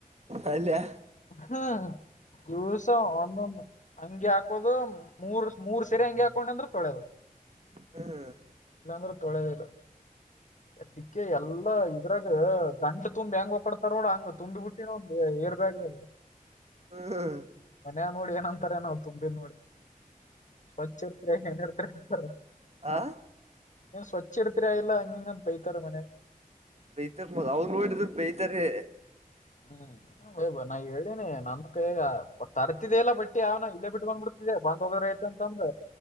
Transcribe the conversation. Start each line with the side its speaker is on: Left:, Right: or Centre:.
Right: ಅಲ್ಲ್ಯಾ
Left: ಹಾ ದಿವಸ ಒಂದೊಂದ ಅಂಗಿ ಹಾಕೋದು ಮೂರ್ ಮೂರ್ ಸರಿ ಅಂಗಿ ಹಾಕೊಂಡ್ನೆಂದ್ರ ತೊಳೇದು
Right: ಹ್ಮ್
Left: ಇಲ್ಲಾಂದ್ರೆ ತೊಳೆದಿಲ್ಲ ಅದಿಕ್ಕೆ ಎಲ್ಲಾ ಇದ್ರಾಗ ದಂಡ ತುಂಬಿ ಹೆಂಗ್ ಒಕಾಡ್ತಾರ ನೋಡ ಹಂಗ್ ತುಂಬಿ ಬಿಟ್ಟಿನ ಒಂದ್ ಏರ್ ಬ್ಯಾಗ್ದಾಗ
Right: ಹ್ಮ್
Left: ಮನ್ಯಾಗ ನೋಡಿ ಏನಂತಾರೆ ಏನವ್ ತುಂಬಿದ ನೋಡಿ ಸ್ವಚ್ ಇರ್ತಿರಿ ಏನಿರ್ತಿರಿ ಅಂತಾರ
Right: ಆ
Left: ಏನ್ ಸ್ವಚ್ಛ ಇಡ್ತಿರೇ ಇಲ್ಲ ಅಂಗ ಇಂಗ ಅಂತೇಳಿ ಬೈತಾರ ಮನ್ಯಾಗ
Right: ಬೈತಾರ ಮಗ ಅವ್ನೋಡಿದ್ರೇ ಬೈತಾರೆ
Left: ಹ್ಮ್ ವೈಬಾ ನಾ ಹೇಳೀನಿ ನನ್ ಕೈಯಾಗ ತರ್ತಿದ್ದೇಲಾ ಇಲ್ಲ ಬಟ್ಟಿ ಯಾವ್ನ ಇಲ್ಲೇ ಬಿಟ್ಟು ಬಂದ್ ಬಿಡ್ತಿದ್ದ ಬಂದ್ ಹೋಗಾರಾಯ್ತ ಅಂತಂದ